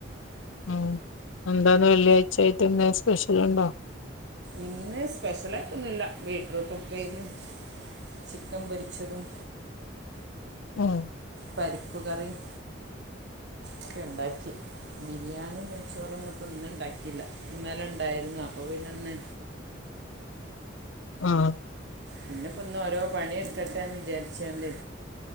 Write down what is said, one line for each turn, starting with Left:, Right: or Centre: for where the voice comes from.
Left: ഉം എന്താന്ന് വെള്ളിയാഴ്ച ആയിട്ട് എന്താ സ്പെഷ്യലുണ്ടോ
Right: ഇന്ന് സ്പെഷ്യലായിട്ടൊന്നുമില്ല ബീറ്റ്റൂട്ട് ഉപ്പേരിം ചിക്കൻ പൊരിച്ചതും
Left: <unintelligible>
Right: പരിപ്പ് കറിയും ഒക്കെണ്ടാക്കി ബിരിയാണീം നെയ്ചോറൊന്നും ഇപ്പൊ ഇന്ന് ഉണ്ടാക്കില്ല ഇന്നലെ ഉണ്ടായിരുന്നു അപ്പൊ പിന്നെ ഇന്ന്
Left: ആഹ്
Right: പിന്നെപ്പോ ഇന്ന് ഓരോ പണി എടുക്കട്ടെന്ന് വിജാരിച്ചോണ്ട്